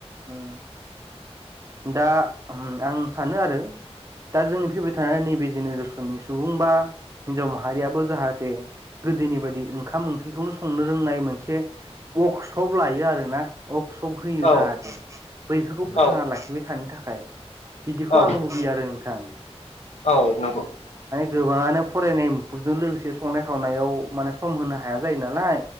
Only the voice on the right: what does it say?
उम दा आं सानो आरो दा जोंनि फैबाय थानाय नैबे जेनेरेसननि सुबुं बा हिनजाव माहारियाबो जाहाथे गोदोनि बायदि ओंखाम ओंख्रिखौनो संनो रोंनाय मोनसे अर्कशप लायो आरोना अकशप होयो
जाहाथे बैफोरखौ फोथांना
लाखि थानो थाखाय बिदिखौ
आं लुबैयो आरो नोंथां
गोबाङानो फरायनाय मुखुबजों लोगोसे संनाय खावनायाव माने सम होनो हाया जायो नालाय।